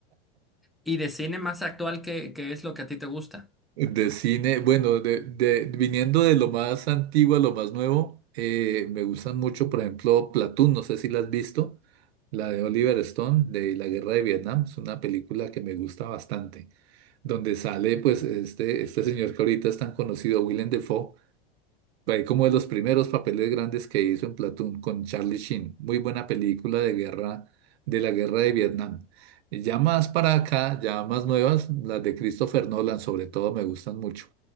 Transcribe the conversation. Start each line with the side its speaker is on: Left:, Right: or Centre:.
Centre: Y de cine más actual, ¿qué, qué es lo que a ti te gusta?
Right: De cine, bueno, de, de- viniendo de lo más antiguo a lo más nuevo, eh, me gustan mucho, por ejemplo, Platoon, no sé si la has visto, la de Oliver Stone, de la Guerra de Vietnam, es una película que me gusta bastante. donde sale pues este, este señor que ahorita es tan conocido, Willem Dafoe, ahí como de los primeros papeles grandes que hizo en Platoon con Charlie Sheen, muy buena película de guerra, de la guerra de Vietnam. Y ya más para acá, ya más nuevas, las de Christopher Nolan sobre todo me gustan mucho.